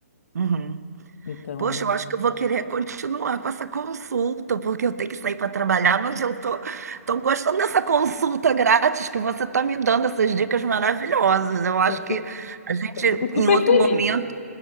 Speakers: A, on the right (about 85°); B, on the left (about 55°).
A: Uhum.
B: Então,
A: Poxa, eu acho que eu vou querer continuar com essa consulta, porque eu tenho que sair para trabalhar, mas eu tô, tô gostando dessa consulta grátis que você está me dando, essas dicas maravilhosas. Eu acho
B: Eu fico,
A: que a gente,
B: eu fico super
A: em outro
B: feliz.
A: momento,